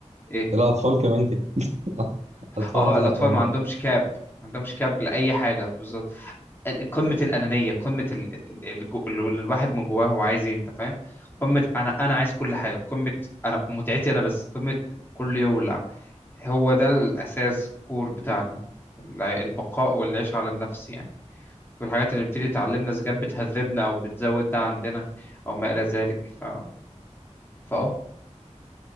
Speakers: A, on the left; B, on the right.
A: ايه
B: الاطفال كمان كده <laughs> اطفال
A: اه
B: زي
A: الاطفال
B: حيوانات
A: ما عندهمش كاب ما عندهمش كاب لاي حاجه بالظبط قمه الانانيه قمه ال... ال... ال... الجو- ال- الواحد من جواه هو عايز ايه انت فاهم قمه انا انا عايز كل حاجه قمه انا متعتي انا بس قمه كل يولع هو ده الاساس كور بتاعنا الع- البقاء والعيش على النفس يعني والحاجات اللي بتبتدي تعلمنا إذا كانت بتهذبنا أو بتزود ده عندنا أو ما إلى ذلك ف... فأه